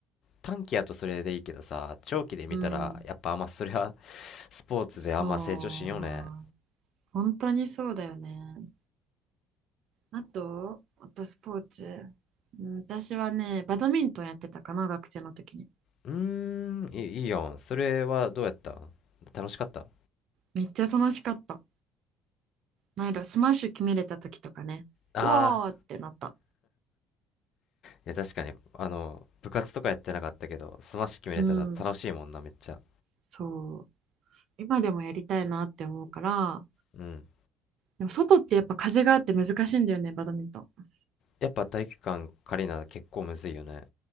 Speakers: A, on the left (about 55°); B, on the right (about 55°).
A: 短期やとそれでいいけどさ、長期で見たら、
B: うん。
A: やっぱあんまそれは <laughs> スポーツであんま成長しんよね。
B: そう。本当にそうだよね。あと、あとスポーツ。うん私はね、バドミントンやってたかな、学生の時に。
A: うーん、いい、いいやん。それはどうやったん楽しかった
B: めっちゃ楽しかった。なんやろう、スマッシュ決めれた時とかね。
A: ああ
B: うわーってなった。
A: いや、確かに、あの、部活とかやってなかったけど、スマッシュ決めれたら楽しいもんな、
B: うん。
A: めっちゃ。
B: そう。今でもやりたいなって思うから。
A: うん。
B: でも外ってやっぱ風があって難しいんだよね、バドミントン。
A: やっぱ体育館借りな結構むずいよね。